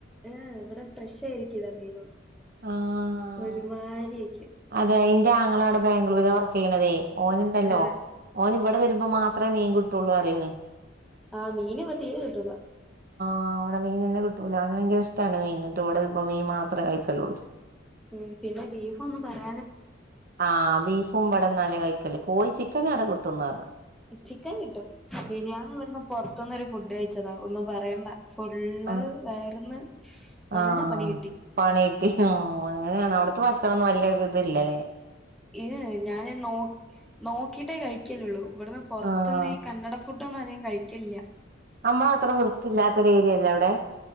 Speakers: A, in the centre; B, on the right.
A: ഏ ഇവിടെ ഫ്രഷായിരിക്കില്ല മീനൊന്നും
B: ആഹ്
A: ഒരുമാരിയിരിക്കും
B: അതെ ന്റെ ആങ്ങളാട് ബാംഗ്ലൂരില വർക്ക് ചെയ്യ്ണതേ ഓനുണ്ടല്ലോ
A: ആ
B: ഓനിവിടെ വരുമ്പോ മാത്രെ മീൻ കിട്ടുള്ളൂ അറിയനേ
A: ആ മീന് പ തീരെ കിട്ടൂല
B: ആ അവിടെ മീനന്നെ കിട്ടൂല അന് ഭയങ്കര ഇഷ്ടാണ് മീൻ ട്ട്ഈട്ന്നിപ്പ മീൻ മാത്രേ കയ്ക്കലുള്ളൂ
A: ഉം പിന്നെ ബീഫൊന്നും പറയാ
B: ആ ബീഫും ബ്ടന്നാല്ലെ കയ്ക്കല് കോയി ചിക്കനാടെ കിട്ടുംന്ന് പറഞ്ഞ
A: ചിക്കൻ കിട്ടും മിനിയാന്നിവ്ടുന്ന് പൊറത്ത്ന്നൊരു ഫുഡ് കയ്ച്ചതാ ഒന്നും പറയണ്ട ഫുള്ള്
B: ആഹ്
A: വയർന്ന് നല്ല
B: ആഹ്
A: പണി കിട്ടി
B: പണിട്ടി ഓ അങ്ങനാണ് അവിടത്തെ ഭക്ഷണൊന്നും വല്ല്യൊര്തില്ലല്ലേ
A: ഏ ഞാന് നോ നോക്കിട്ടേ കഴിക്കലള്ളു ഇവിടുന്ന് പുറത്തുന്നീ
B: ആഹ്
A: കന്നട ഫുഡൊന്നും അധികം കഴിക്കില്ല്യ
B: അമ്മ അത്ര വൃത്തില്ലാത്തരേരിയല്ലേ അവിടെ